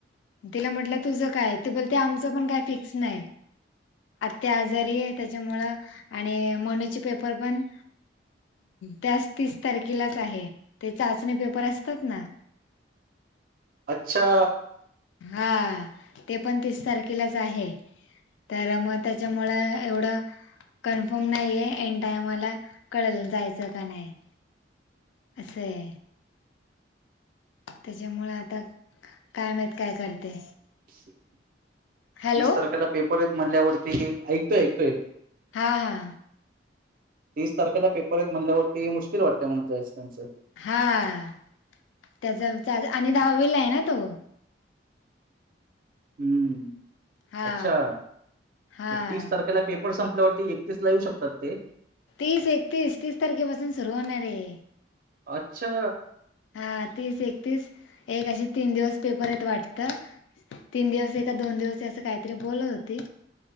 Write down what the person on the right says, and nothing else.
अच्छा
तीस
तारखेला पेपर आहेतेत म्हणल्यावरती ऐकतोय ऐकतोय
तीस तारखेला पेपर येत म्हटल्यावरती मुश्किल वाटतंय जायचं त्यांचं
हम्म
अच्छा
मग तीस तारखेला पेपर संपल्यावरती एकतीसला येवू शकतात ते
अच्छा